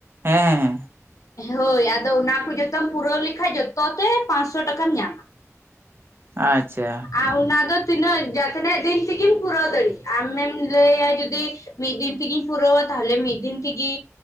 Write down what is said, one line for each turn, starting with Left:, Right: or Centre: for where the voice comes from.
Right: ᱦᱮᱸ ᱦᱮᱸ
Left: ᱦᱳᱭ ᱟᱫᱚ ᱚᱱᱟ ᱠᱚ ᱡᱚᱛᱚᱢ ᱯᱩᱨᱟᱹᱣ ᱞᱮᱠᱷᱟᱡ ᱡᱚᱛᱚ ᱛᱮ ᱯᱟᱸᱥᱚ ᱴᱟᱠᱟᱢ ᱧᱟᱢᱟ᱾
Right: ᱟᱪᱪᱷᱟ᱾
Left: ᱟᱨ ᱚᱱᱟ ᱫᱚ ᱛᱤᱱᱟᱹᱜ ᱡᱟ ᱛᱱᱟᱜᱹ ᱫᱤᱱ ᱛᱮᱜᱮᱢ ᱯᱩᱨᱟᱹᱣ ᱫᱟᱲᱮᱜ ᱟᱢᱮᱢ ᱞᱟᱹᱭᱟ ᱡᱩᱫᱤ ᱢᱤᱫ ᱫᱤᱱ ᱛᱮᱜᱮᱧ ᱯᱩᱨᱟᱹᱣᱟ ᱛᱟᱦᱚᱞᱮ ᱢᱤᱫ ᱫᱤᱱ ᱛᱮᱜᱮ,